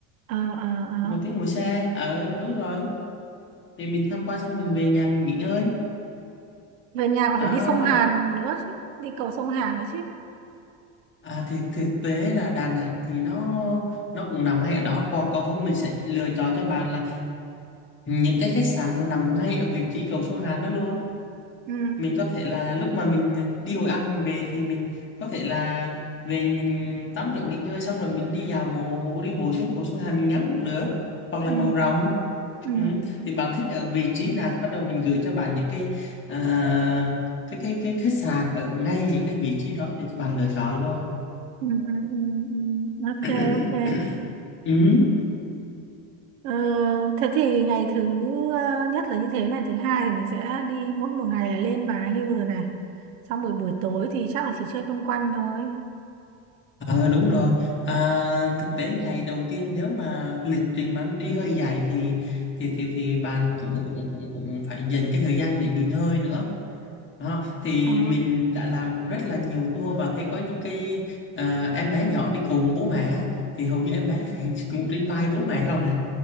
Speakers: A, on the right; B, on the left.
A: ờ, ờ, ờ.
B: một tiếng ngồi xe. Ờ đúng rồi. Thì mình tham quan xong mình về nhà mình nghỉ ngơi.
A: về nhà còn
B: Đó.
A: phải đi sông Hàn nữa chứ đi cầu sông Hàn nữa chứ
B: À, thì thực tế là Đà Nẵng thì nó nó cũng nằm ngay ở đó còn còn không mình sẽ lựa chọn cho bạn là những cái khách sạn mà nằm ngay ở vị trí cầu sông Hàn đó luôn
A: ừ,
B: mình có thể là lúc mà mình đi Hội An mình về thì mình có thể là về mình tắm rửa nghỉ ngơi xong rồi mình đi dạo bộ đi bộ xuống cầu sông Hàn mình ngắm cũng được hoặc
A: ừ,
B: là cầu Rồng
A: ừ,
B: ừ. thì bạn thích ở vị trí nào thì bắt đầu mình gửi cho bạn những cái à, cái cái cái khách sạn ở ngay những cái vị trí đó để cho bạn lựa chọn luôn
A: ừ, ừ, ừ, ừ. ok
B: <clears throat>
A: ok
B: ừ.
A: Ờ, thế thì ngày thứ ờ, nhất là như thế ngày thứ hai thì mình sẽ đi mỗi một ngày là lên Bà Hill rồi này xong buổi buổi tối thì chắc là chỉ chơi quanh quanh thôi
B: Ờ đúng rồi à, thực tế ngày đầu tiên nếu mà lịch trình mà đi hơi dài thì thì thì thì bạn cũng cũng cũng cũng phải dành cái thời gian để nghỉ ngơi nữa đó. Thì
A: ờ,
B: mình đã làm cũng rất là nhiều tour và thấy có những cái à, em bé nhỏ đi cùng bố mẹ á, thì hầu như em bé phải <laughs> ngủ trên vai bố mẹ không à